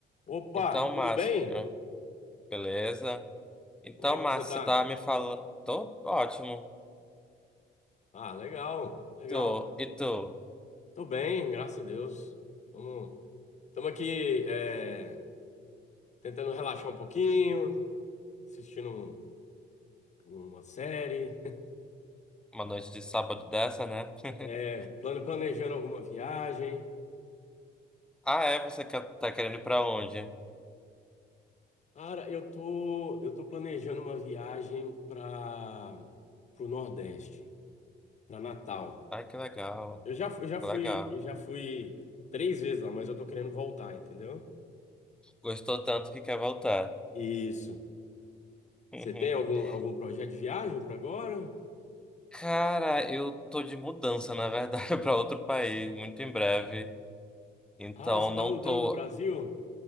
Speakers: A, on the left; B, in the centre.
A: Opa,
B: Então,
A: tudo
B: Márcio,
A: bem?
B: beleza? Então,
A: Como é
B: Márcio,
A: que você tá?
B: você tá me falando. Tô ótimo.
A: Ah, legal, legal.
B: Tô, e tu?
A: Tô bem, graças a Deus. Tamo, tamo aqui é, tentando relaxar um pouquinho, assistindo um- uma série,
B: Uma noite de sábado dessa, né?
A: <laughs>
B: <laughs>
A: é, plane- planejando alguma viagem.
B: Ah, é? Você quer, tá querendo ir pra onde?
A: Cara, eu tô, eu tô planejando uma viagem para pro Nordeste, para Natal.
B: Ai, que legal.
A: Eu já, fu- eu já fui,
B: Legal.
A: eu já fui três vezes lá, mas eu tô querendo voltar, entendeu?
B: Gostou tanto que quer voltar.
A: Isso.
B: <laughs>
A: Você tem algum, algum projeto de viagem para agora?
B: Cara, eu tô de mudança, na verdade, <laughs> pra outro país, muito em breve. Então,
A: Ah, você está
B: não
A: mudando
B: tô.
A: do Brasil?